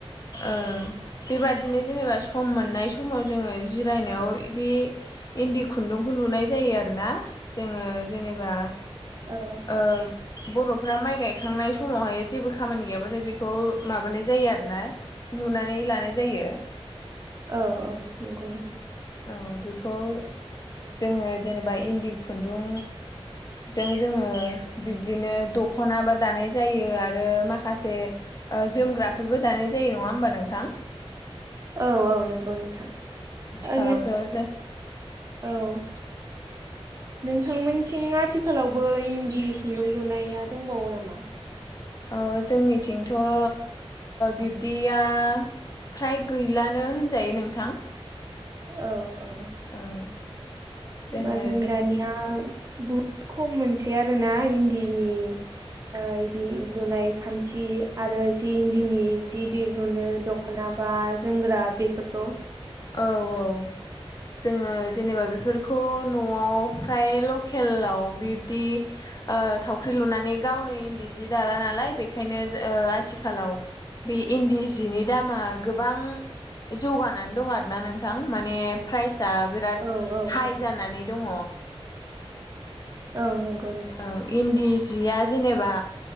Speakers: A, on the left (about 35°); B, on the right (about 30°).
A: ओ बेबादिनो जेनेबा सम मोननाय समाव जोंङो जिरायनायाव बे इन्दि खुन्दुंखौ लुनाय जायो आरो ना जोंङो जेनेबा
B: औ
A: ओ बर'फ्रा माइ गायखांनाय समावहाय जेबो खामानि गैयाबाथाय बेखौ माबानाय जायो आरोना लुनानै लानाय जायो।
B: औ औ नंगौ नोंथां
A: औ बेखौ जोंङो जेनेबा इन्दि खुन्दुं जों जोंङो बिब्दिनो दखनाबो दानाय जायो आरो माखासे जोमग्राफोरबो दानाय जायो नङा होमबा नोंथां।
B: औ औ नंगौ नोंथां आ
A: थिखालावथ' जों
B: औ नोंथांमोननिथिं आथिखालावबो इन्दि खुन्दुं लुनाया दंबावो नामा।
A: अ जोंनिथिंथ' ओ बिब्दिया फ्राय गैलानो होनजायो नोंथां
B: औ औ
A: औ जोङो
B: होमबा जों
A: जेने
B: दानिया बहुद खम मोनसेै आरोना इन्दिनि ओ इदि लुनाय खान्थि आरो जि इन्दिनि जि दिहुनो दख दख'ना बा जोमग्रा बेफोरखौ
A: औ औ जोंङो जेनेबा बेफोरखौ न'आव फ्राय लकेलाव बिब्दि ओ थावख्रि लुनानै गावनो इन्दि जि दाला नालाय बेखायनो आथिखालाव बे इन्दि जिनि दामा गोबां जौगानानै दं आ रोना नोंथां माने प्राइजआ बिराद
B: औ औ
A: हाइ
B: औ
A: जानानै दङ
B: औ नंगौ नोंथां
A: औ इन्दि जिया जेनेबा